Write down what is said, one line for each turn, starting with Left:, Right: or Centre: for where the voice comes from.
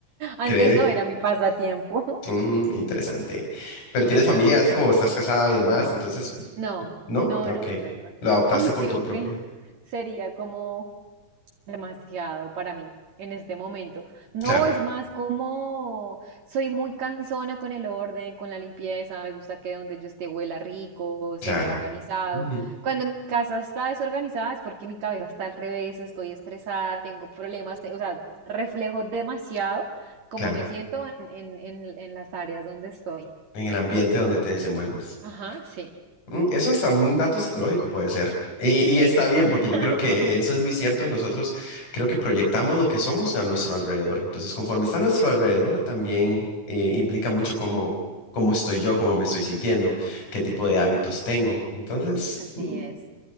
Right: Antes
Left: creer.
Right: no era mi pasatiempo.
Left: Mm, interesante. Pero tienes familia, así como estás casada y demás, entonces,
Right: No,
Left: ¿no?
Right: no,
Left: Ok.
Right: no, no, no, no, no.
Left: Lo
Right: no.
Left: adoptaste
Right: Ay,
Left: por
Right: creo
Left: tu propia.
Right: que sería como demasiado para mí en este momento. No,
Left: Claro,
Right: es más como soy muy cansona con el orden, con la limpieza, me gusta que donde yo esté huela rico,
Left: claro.
Right: se vea organizado.
Left: Ujú,
Right: Cuando mi casa está desorganizada es porque mi cabeza está al revés, estoy estresada, tengo problemas, te- o sea, reflejo demasiado como
Left: claro.
Right: me siento en, en, en, en las áreas donde estoy.
Left: En el ambiente donde te desenvuelves.
Right: Ajá, sí.
Left: Mm, eso hasta un dato psicológico puede ser. Y, y está bien,
Right: <laughs>
Left: porque yo creo que eso es muy cierto. Nosotros creo que proyectamos lo que somos a nuestro alrededor. Entonces, conforme está a nuestro alrededor, también eh, implica mucho cómo, cómo estoy yo, cómo me estoy sintiendo, qué tipo de hábitos tengo. Entonces,
Right: Así
Left: mm,
Right: es.